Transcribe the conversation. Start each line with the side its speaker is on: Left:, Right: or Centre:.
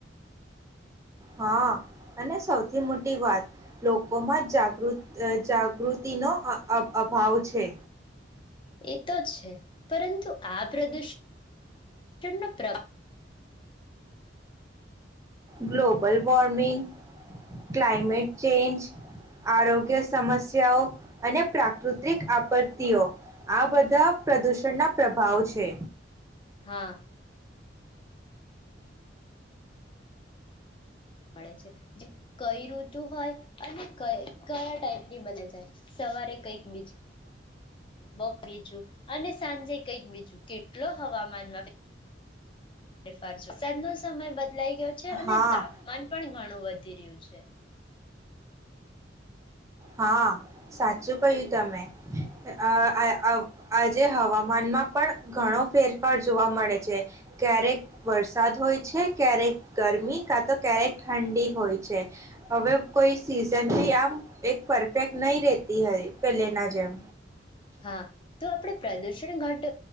Right: હા અને સૌથી મોટી વાત લોકોમાં જાગૃત જાગૃતિ નો અ અભાવ છે.
Left: એ તો છે, પરંતુ આ પ્રદુષણનો પ્ર
Right: ગ્લોબલ વોર્મિંગ, ક્લાઇમેટ ચેન્જ, આરોગ્ય ગ્ય સમસ્યાઓ અને પ્રાકૃતિક આપત્તિઓ, આ બધા પ્રદૂષણના પ્રભાવ છે.
Left: હા. મળે છે, જે કઈ ઋતુ હોય અને ક કયા ટાઈપની બને છે, સવારે કંઈક બીજું બપ બીજું અને સાંજે કંઈક બીજું, કેટલો હવામાનમાં ફેરફાર છે. સાંજનો સમય બદલાઈ ગયો છે અને
Right: હા,
Left: તાપમાન પણ ઘણું વધ ધી રહ્યું છે.
Right: હા સાચું કહ્યું તમે. અહ આ અહ આજે હવામાનમાં પણ ઘણો ફેરફાર જોવા મળે છે, ક્યારેક વરસાદ હોય છે, ક્યારેક ગરમી કા તો ક્યારેક ઠંડી હોય છે, હવે કોઈ સીઝન બી આમ એક પરફેક્ટ નહી રેતી હોય પહેલે ના જેમ.
Left: હા તો આપણે પ્રદુસ ણ ઘટ